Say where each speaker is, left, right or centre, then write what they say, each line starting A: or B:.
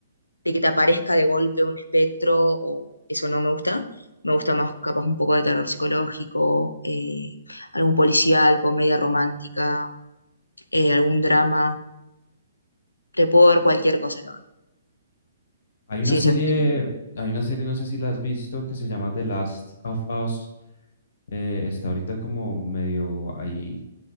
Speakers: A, on the left; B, on the left.
A: de que te aparezca de golpe un espectro, o eso no me gusta. Me gusta más capaz un poco de terror psicológico, eh, algún policial, comedia romántica, eh, algún drama. Te puedo ver cualquier cosa, la verdad.
B: Hay
A: Ciencia
B: una serie,
A: ficción.
B: hay una serie, no sé si la has visto, que se llama The Last of Us. eh, está ahorita como medio ahí